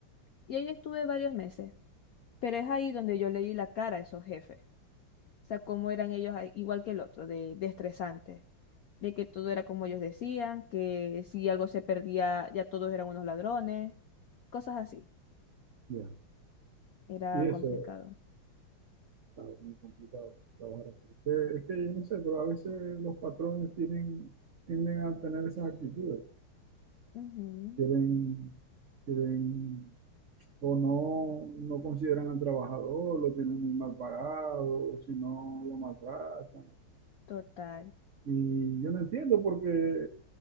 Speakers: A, on the left; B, on the right.
A: Y ahí estuve varios meses, pero es ahí donde yo le di la cara a esos jefes. O sea, cómo eran ellos, ahí, igual que el otro, de, de estresante. de que todo era como ellos decían, que si algo se perdía ya todos eran unos ladrones, cosas así.
B: Ya.
A: Era
B: Y eso
A: complicado.
B: es claro, muy complicado, trabajar así. Es que, es que yo no sé, pero a veces los patrones tienen, tienden a tener esas actitudes.
A: Ujú,
B: Quieren, quieren, o no, no consideran al trabajador, lo tienen muy mal pagado, o si no, lo maltratan.
A: Total,
B: Y yo no entiendo porque